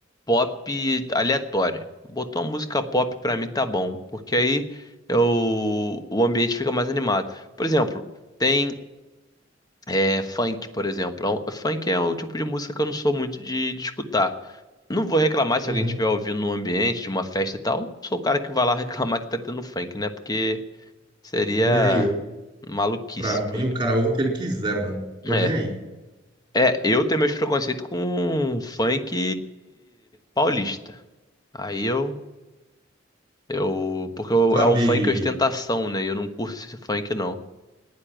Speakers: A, on the left; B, on the right.
A: pop aleatória. Botou uma música pop pra mim tá bom, porque aí eu, o ambiente fica mais animado. Por exemplo, tem é, funk, por exemplo. É um- Funk é o tipo de música que eu não sou muito de, de escutar. Não vou reclamar se
B: Uhum.
A: alguém estiver ouvindo no ambiente de uma festa e tal. Sou o cara que vai lá <laughs> reclamar que tá tendo funk, né? Porque seria
B: Nem eu.
A: maluquice,
B: Pra mim,
A: pô.
B: o cara ouve o que ele quiser, mano. Tô
A: É.
B: nem aí.
A: É, eu tenho meus preconceitos com funk paulista. Aí eu, eu, porque eu-
B: Sabe,
A: é um funk ostentação, né? E eu não curto esse funk, não.